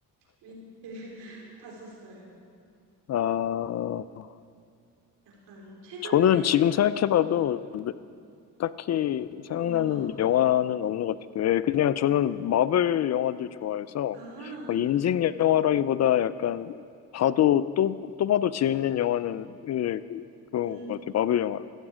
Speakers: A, on the right; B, on the left.
A: 위- 봤었어요.
B: 아,
A: 약간 최근에
B: 저는 지금 생각해봐도 네- 딱히 생각나는
A: 없는 것 같아요.
B: 영화는 없는 것 같아요. 예, 그냥 저는 마블 영화들 좋아해서
A: 아,
B: 막 인생 영화라기보다 약간 봐도 또, 또 봐도 재밌는 영화는 예, 그런
A: 음,
B: 것 같아요. 마블 영화.